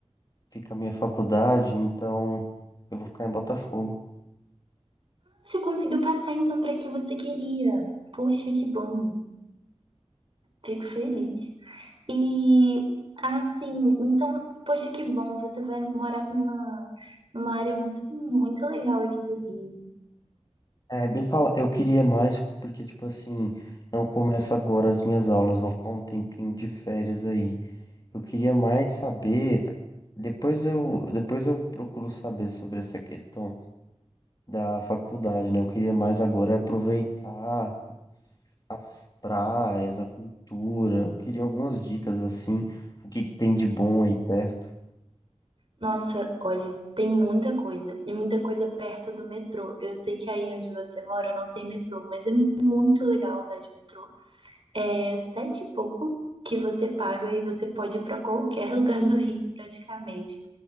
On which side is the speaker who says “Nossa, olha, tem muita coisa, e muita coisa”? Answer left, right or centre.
Right